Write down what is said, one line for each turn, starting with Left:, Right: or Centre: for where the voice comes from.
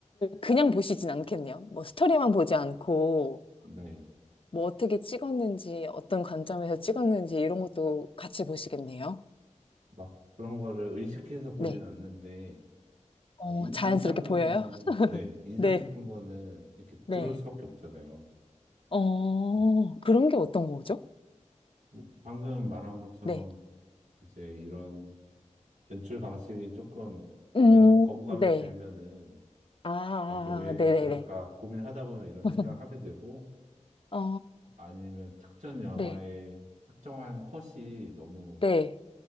Left: 그냥 보시진 않겠네요. 뭐 스토리만 보지 않고,
Right: 네.
Left: 뭐 어떻게 찍었는지, 어떤 관점에서 찍었는지 이런 것도 같이 보시겠네요.
Right: 막 그런 거를 의식해서 보진
Left: 네.
Right: 않는데,
Left: 어,
Right: 어, 인,
Left: 자연스럽게
Right: 인상
Left: 보여요?
Right: 깊은 거는,
Left: <laughs>
Right: 네, 인상
Left: 네.
Right: 깊은 거는 이렇게
Left: 네.
Right: 들어올 수밖에 없잖아요.
Left: 어,
Right: 네.
Left: 그런 게 어떤 거죠?
Right: 어, 방금 말한 것처럼
Left: 네.
Right: 이제 이런 연출 방식이 조금
Left: 음,
Right: 너무 거부감이
Left: 네.
Right: 들면은,
Left: 아,
Right: 아, 이게 왜
Left: 네네네.
Right: 그럴까 고민하다 보면 이런
Left: <laughs>
Right: 생각을 하게 되고,
Left: 아,
Right: 아니면 특정 영화의
Left: 네,
Right: 특정한 컷이 너무
Left: 네.